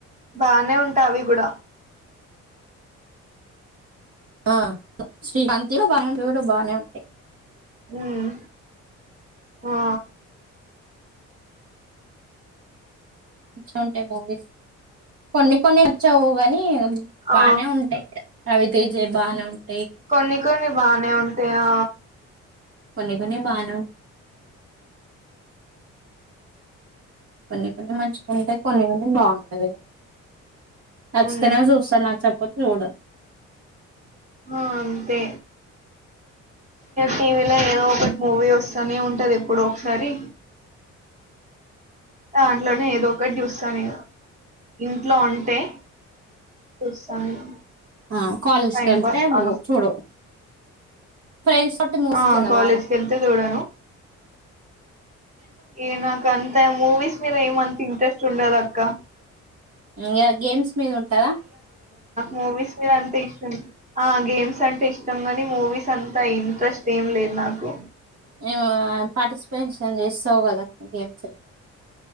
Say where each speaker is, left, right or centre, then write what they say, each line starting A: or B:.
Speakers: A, on the right; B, on the right.
A: బానే ఉంటా అవి గుడా
B: ఆ శ్రీకాంత్ వి కూడా బానే ఉంటాయి
A: మ్ ఆ
B: మంచిగా ఉంటాయి మూవీస్ కొన్ని కొన్ని నచ్చవు గానీ
A: ఆ
B: బానే ఉంటాయ్ ఇ రవితేజయ బానే ఉంటా
A: కొన్ని కొన్ని బానే ఉంటాయా
B: కొన్ని కొన్ని బానే ఉం కొన్ని కొన్ని మంచిగా ఉంటాయి కొన్ని కొన్ని బాగుండాదు నచ్చితనే
A: ఉమ్
B: చూస్తా నచ్చకాపోతే చూడ
A: ఆ అంతే టీవీలో ఏదో ఒకటి మూవీ వస్తానే ఉంటది ఎప్పుడో ఒకసారి దాంట్లోనే ఏదో ఒకటి చూస్తాను నేను ఇంట్లో ఉంటే చూస్తాను
B: ఆ కాలేజ్కి
A: టైం
B: వెళ్తే
A: పాస్ కానప్పుడు
B: చూడు ఫ్రెండ్స్ తోటి మూవీస్
A: ఆ
B: కెళ్ళావారా
A: కాలేజ్కి వెళ్తే చూడను ఏ నాక అంతా మూవీస్ మీద ఏమంత ఇంట్రెస్ట్ ఉండదక్క
B: ఈ గేమ్స్ మీద ఉంటదా
A: మూవీస్ మీద అంతా ఇష్టం ఆ గేమ్స్ అంటే ఇష్టం గానీ మూవీస్ అంతా ఇంట్రెస్ట్ ఏం లే నాకు
B: మేము పార్టిసిపేషన్ చేస్తావు కదా గేమ్స్ లో